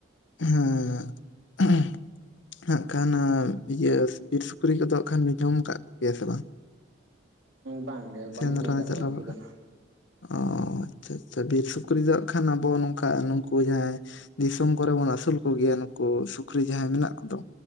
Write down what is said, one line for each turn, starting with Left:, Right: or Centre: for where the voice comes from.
Left: ᱦᱮᱸ᱾ ᱦᱟᱸᱜ ᱠᱷᱟᱱ ᱤᱭᱟᱹ ᱵᱤᱨ ᱥᱩᱠᱨᱤ ᱠᱚᱫᱚ ᱦᱟᱸᱜ ᱠᱷᱟᱱ ᱡᱚᱢ ᱠᱟᱜ ᱠᱚ ᱜᱮᱭᱟ ᱥᱮ ᱵᱟᱝ?
Right: ᱵᱟᱝ ᱜᱮ ᱵᱟᱞᱤᱧ
Left: ᱥᱮᱸᱫᱽᱨᱟ
Right: ᱧᱮᱞ ᱠᱟᱫ
Left: ᱪᱟᱞᱟᱣ
Right: ᱠᱚᱣᱟ ᱩᱱᱠᱩ ᱫᱚ᱾
Left: ᱚ ᱟᱪᱪᱷᱟ ᱟᱪᱪᱷᱟ, ᱵᱤᱨ ᱥᱩᱠᱨᱤ ᱫᱚ ᱦᱟᱜ ᱠᱷᱟᱱ ᱟᱵᱚ ᱱᱚᱝᱠᱟ ᱱᱩᱠᱩ ᱡᱟᱦᱟᱸᱭ ᱫᱤᱥᱚᱢ ᱠᱚᱨᱮ ᱵᱚᱱ ᱟᱹᱥᱩᱞ ᱠᱚᱜᱮᱭᱟ᱾ ᱱᱩᱠᱩ ᱥᱩᱠᱨᱤ ᱡᱟᱦᱟᱸᱭ ᱢᱮᱱᱟᱜ ᱠᱚᱫᱚ᱾